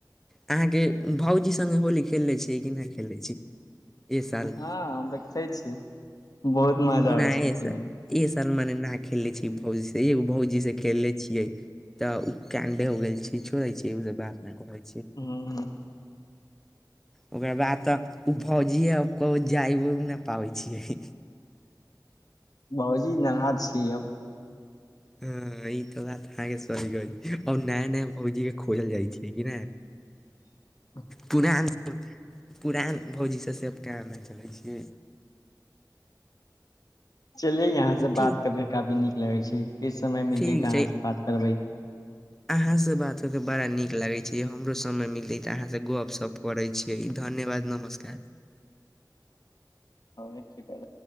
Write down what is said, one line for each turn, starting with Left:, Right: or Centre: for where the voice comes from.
Centre: अहाँके भाउजी संगे होली खेलले छिये कि नहि खेलले छी ए साल
Left: हँ देखै छी बहुत मजा
Centre: नहि
Left: आबै छै खेले
Centre: ऐ साल
Left: मे
Centre: ऐह साल मने न खेलले छियै भौजी से एगो भौजी से खेलले छियै त उ कैंडे हो गेल छै छोड़े छै उ सब बात नऽ कहै छै
Left: हुँ
Centre: ओकरा बाद तऽ उ भौजीये उ कही जाइ नहि पाबै छियै
Left: भौजी नाराज छियै अब
Centre: ह ई तऽ बात अहाँके सही कह आर नया नया पौजी के खोजल जाइ छै कि नह
Left: <inaudible>
Centre: पुरान पुरान भौजीसँ से केना नहि चलै छ
Left: चले यहाँ से
Centre: ठीक
Left: बात करके काफी नीक लगे छै फेर समय मिलते
Centre: ठीक
Left: तऽ अहाँ
Centre: छै
Left: से बात करब
Centre: अहाँ से बात होके बड़ा नीक लगैत छै य हमरो समय मिलतै तऽ अहाँसँ गप स करै छियै ई धन्यवाद नमस्का
Left: आने छै